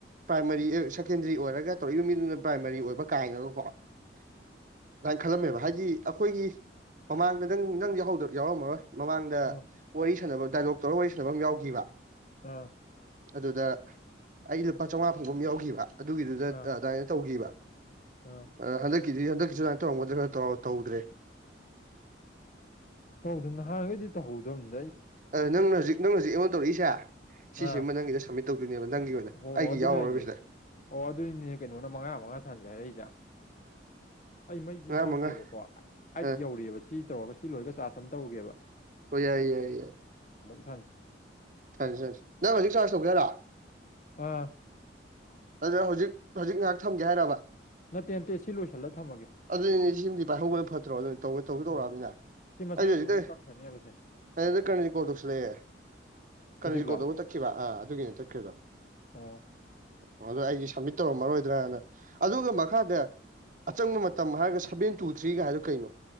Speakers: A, on the right (about 45°); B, on the left (about 40°).
A: ꯄ꯭ꯔꯥꯏꯃꯥꯔꯤ ꯁꯦꯀꯦꯟꯗꯔꯤ ꯑꯣꯏꯔꯒ ꯇꯧꯔꯛꯏꯕ ꯃꯤꯗꯨꯅ ꯄ꯭ꯔꯥꯏꯃꯥꯔꯤ ꯑꯣꯏꯕ ꯀꯥꯏꯅꯒꯀꯣ ꯑꯗꯨꯃꯥꯏꯅ ꯈꯜꯂꯝꯃꯦꯕ ꯍꯥꯏꯗꯤ ꯑꯩꯈꯣꯏꯒꯤ ꯃꯃꯥꯡꯗ ꯅꯪ ꯅꯪ ꯌꯥꯎꯔꯝꯃꯔꯣꯏ ꯃꯃꯥꯡꯗ
B: ꯎꯝ
A: ꯋꯥꯔꯤ ꯁꯥꯟꯅꯕ ꯗꯥꯏꯂꯣꯛ ꯇꯧꯔꯒ ꯋꯥꯔꯤ ꯁꯥꯟꯅꯕ ꯑꯃ ꯌꯥꯎꯈꯤꯕ
B: ꯑꯥ
A: ꯑꯗꯨꯗ ꯑꯩ ꯂꯨꯄꯥ ꯆꯝꯃꯉꯥ ꯐꯥꯎꯕꯨꯝ ꯌꯥꯎꯈꯤꯕ ꯑꯗꯨꯒꯤꯗꯨꯗ
B: ꯑꯥ
A: ꯑꯗꯨꯃꯥꯏꯅ ꯇꯧꯈꯤꯕ
B: ꯑꯥ
A: ꯑꯗ ꯍꯟꯗꯛꯀꯤꯗꯤ ꯍꯟꯗꯛꯀꯤꯁꯨ ꯑꯗꯨꯥꯏ ꯇꯧꯔꯝꯒꯗ꯭ꯔꯦ ꯈꯔ ꯇꯧꯗ꯭ꯔꯦ
B: ꯇꯧꯗ ꯅꯍꯥꯟꯈꯩꯗꯤ ꯇꯧꯍꯧꯗꯕꯅꯤ
A: ꯑ ꯅꯪ ꯍꯧꯖꯤꯛ ꯅꯪ ꯍꯧꯖꯤꯛ ꯑꯩꯉꯣꯟ ꯇꯧꯔꯛꯏꯁꯦ ꯁꯤꯁꯤꯦ
B: ꯑꯥ
A: ꯅꯪꯒꯤꯗ ꯁꯝꯃꯤꯠ ꯇꯧꯗꯣꯏꯅꯦꯕ ꯅꯪꯒꯤ ꯑꯣꯏꯅ
B: ꯍꯣ
A: ꯑꯩꯒꯤ
B: ꯍꯣ ꯑꯗꯨꯅ
A: ꯌꯥꯎꯔꯔꯕꯁꯤꯗ
B: ꯍꯥꯏꯁꯦ ꯑꯣ ꯑꯗꯨꯅꯤꯅꯦ ꯀꯩꯅꯣꯅ ꯃꯉꯥ ꯃꯉꯥ ꯁꯥꯟꯖꯔꯛꯏꯖꯥ ꯑꯩ ꯃꯩꯁꯤ
A: ꯉꯥ
B: ꯌꯥꯎꯗꯦꯕꯀꯣ
A: ꯃꯉꯥ
B: ꯑꯩꯠ
A: ꯑ
B: ꯌꯧꯔꯤꯑꯦꯕ ꯁꯤ ꯇꯧꯔꯒ ꯁꯤ ꯂꯣꯏꯒ ꯆꯥ ꯁꯝ ꯇꯧꯔꯨꯒꯦꯕ
A: ꯑꯣ ꯌꯥꯏ ꯌꯥꯏ ꯌꯥꯏ
B: ꯍꯖ
A: ꯊ ꯊ ꯅꯪ ꯍꯧꯖꯤꯛ ꯆꯥꯔꯖ ꯇꯧꯒꯦꯔꯥ
B: ꯑꯥ
A: ꯑꯗꯨ ꯍꯧꯖꯤꯛ ꯍꯧꯖꯤꯛ ꯉꯥꯏꯍꯥꯛ ꯊꯝꯒꯦ ꯍꯥꯏꯔꯕ
B: ꯅꯠꯇꯦ ꯅꯠꯇꯦ ꯁꯤ ꯂꯣꯏꯁꯤꯜꯂ ꯊꯝꯃꯒꯦ
A: ꯑꯗꯨꯅꯦ ꯁꯤꯃꯗꯤ ꯄꯥꯏꯍꯧꯕꯅ ꯐꯠꯇ꯭ꯔꯣ ꯑꯗꯨꯧ ꯇꯧꯁꯨ ꯇꯧꯔꯛꯑꯕꯅꯤꯅ
B: ꯍꯣꯏ ꯁꯤ ꯃꯁꯥ
A: ꯑꯖꯤ
B: ꯃꯇꯣꯟꯗ
A: ꯍꯖꯤꯗ
B: ꯀꯛꯈ꯭ꯔꯅꯦꯕ ꯁꯦ
A: ꯑꯗ ꯀꯅꯦ ꯀꯣ ꯄꯨꯁꯂ ꯍꯥꯏ ꯀꯔꯤꯁꯤ
B: ꯍꯧꯖꯤꯛꯂꯣ
A: ꯀꯣꯜꯗꯧꯕ ꯇꯛꯈꯤꯕ ꯑꯥ ꯑꯗꯨꯒꯤ ꯑꯣꯏꯅ ꯇꯠꯈ꯭ꯔꯤꯦꯗꯣ
B: ꯑꯣ
A: ꯑꯣ ꯑꯗꯨꯣ ꯑꯩꯗꯤ ꯁꯝꯃꯤꯠ ꯇꯧꯔꯝꯃꯔꯣꯏꯗ꯭ꯔꯥꯅ ꯑꯗꯨꯒ ꯃꯈꯥꯗꯤ ꯑꯆꯪꯕ ꯃꯇꯝ ꯍꯥꯏꯔꯒ ꯁꯚꯦꯟ ꯇꯨ ꯊ꯭ꯔꯤꯒ ꯍꯥꯏꯗꯨ ꯀꯩꯅꯣ